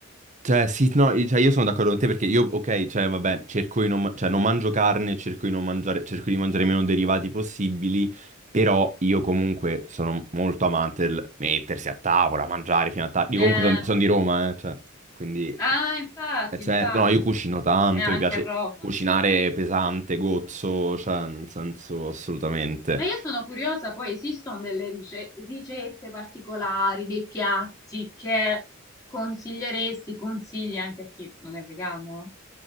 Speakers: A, on the right; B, on the left.
A: Cioè, sì, no, io cioè, io sono d'accordo con te perché io, ok, cioè, vabbè, cerco di non, ma- cioè, non mangio carne, cerco di non mangiare, cerco di mangiare meno derivati possibili, però io comunque sono molto amante del mettersi a tavola, mangiare fino a tardi.
B: eh,
A: Io comunque sono di Roma, eh, cioè, quindi,
B: Ah, infatti,
A: è certo.
B: infatti,
A: No, io cucino tanto,
B: è anche
A: mi piace
B: a Roma.
A: cucinare pesante, gozzo, cioè, nel senso, assolutamente.
B: Ma io sono curiosa, poi esistono delle rice- ricette particolari, dei piatti che consiglieresti, consigli anche a chi non è vegano?